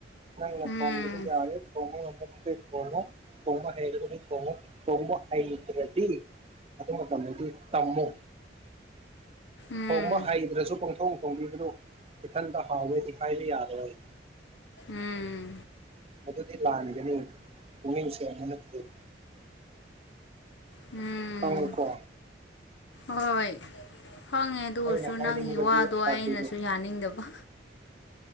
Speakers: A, on the right; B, on the left.
A: ꯅꯪꯅ
B: ꯎꯝ
A: ꯊꯣꯡꯕꯗꯣ ꯌꯥꯔꯦ ꯊꯣꯡꯉꯣ ꯑꯃꯨꯛꯇꯤ ꯊꯣꯡꯉꯣ ꯊꯣꯡꯕ ꯍꯧꯔꯗꯤ ꯊꯣꯡꯉꯣ ꯊꯣꯡꯕ ꯍꯩꯇ꯭ꯔꯗꯤ ꯑꯗꯨ ꯃꯇꯝꯗꯨꯗꯤ ꯇꯝꯃꯨ
B: ꯎꯝ
A: ꯊꯣꯡꯕ ꯍꯩꯗ꯭ꯔꯁꯨ ꯄꯪꯊꯣꯡ ꯍꯣꯡꯕꯤꯒꯅꯨ ꯏꯊꯟꯇ ꯍꯥꯎꯋꯦꯗꯤ ꯍꯥꯏꯕ ꯌꯥꯔꯣꯏ
B: ꯎꯝ
A: ꯃꯗꯨꯗꯤ ꯂꯥꯟꯒꯅꯤ ꯄꯨꯛꯅꯤꯡ ꯁꯦꯡꯕꯅ ꯐꯩ
B: ꯎꯝ
A: ꯈꯪꯉꯦꯀꯣ
B: ꯍꯣꯏ ꯈꯪꯉꯦ ꯑꯗꯨ
A: ꯑꯩꯅ
B: ꯑꯣꯏꯁꯨ
A: ꯍꯥꯏꯅꯤꯡꯕꯗꯤ
B: ꯅꯪꯒꯤ ꯋꯥꯗꯣ ꯑꯩꯅꯁꯨ
A: ꯑꯗꯨꯅꯤ
B: ꯌꯥꯅꯤꯡꯗꯕ